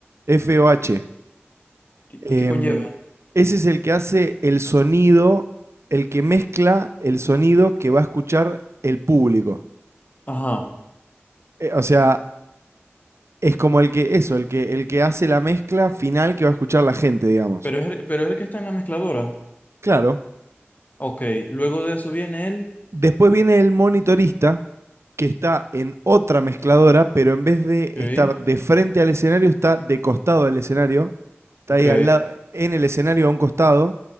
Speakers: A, on the right; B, on the left.
A: FOH.
B: ¿Y,
A: Em,
B: y qué conlleva?
A: ese es el que hace el sonido, el que mezcla el sonido que va a escuchar el público.
B: Ajá.
A: Eh, o sea, es como el que, eso, el que, el que hace la mezcla final que va a escuchar la gente, digamos.
B: Pero es, el- pero es el que está en la mezcladora.
A: Claro.
B: Ok. Luego de eso viene el.
A: Después viene el monitorista, que está en otra mezcladora, pero en vez de
B: Ok,
A: estar de frente al escenario, está de costado al escenario. Está
B: ok,
A: ahí al lado, en el escenario a un costado,